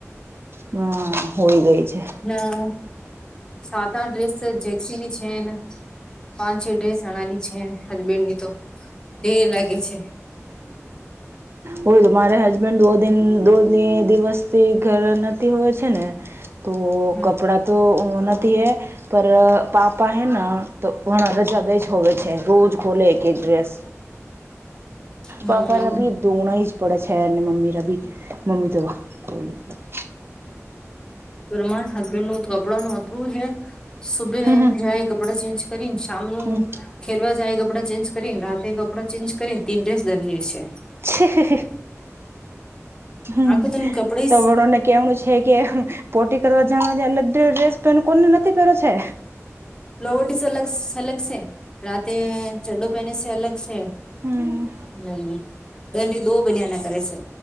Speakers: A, on the right; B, on the left.
A: હ, હોય ગઈ છે.
B: ના સાત ડ્રેસ. સર જેક્સી ની છે ને, પાંચ-છ ડ્રેસ અણાની છે, હસબેન્ડ ની તો. ઢેર લાગે છે.
A: હોય તો, મારે હસબન્ડો દિવસ તે ઘર નથી હોય છે ને, તો
B: હમ
A: કપડા તો નથી હે. પર પાપા હૈ તો, ઘણા રજા દે જ હોવે છે, રોજ ખોલે એક ડ્રેસ
B: હમ
A: પાપા ભી દોણા બડાા શેર મમી રા ભી મ્મી તોલ <unintelligible>
B: તો રમાર હસબેન્ડ નું કપડા નું અપરું હે. સુબે
A: હમ
B: જાય કપડા, ચેન્જ કરી શામનું.
A: હમ
B: ખેલવા જાય એ, કપડાં ચેન્જ કરીને, રાતે કપડાં ચેન્જ કરીને, તીન ડ્રેસ દરની છે.
A: છે. હમ,
B: આખું તને કપડે
A: તો વણોને કેવનું છે કે. પોટી કરવા જણવા, એલે ડ્રેસ પેન કોને નથી પહેરો છે.
B: લોવટી અલગ-અલગ છે, રાતે ચડ્ડો પહેને છે, અલગ છે.
A: હમ
B: હમ, દંડી બો બનિયાના કરે છે.